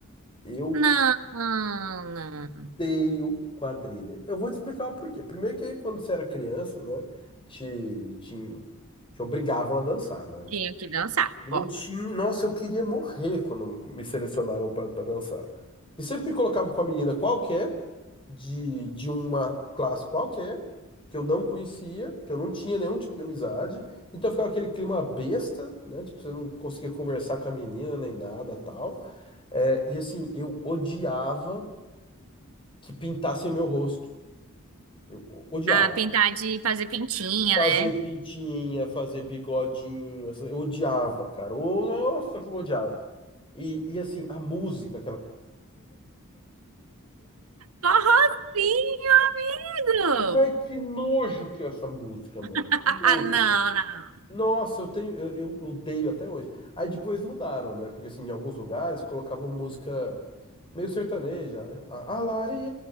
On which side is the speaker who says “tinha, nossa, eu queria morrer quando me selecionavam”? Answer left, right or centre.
Left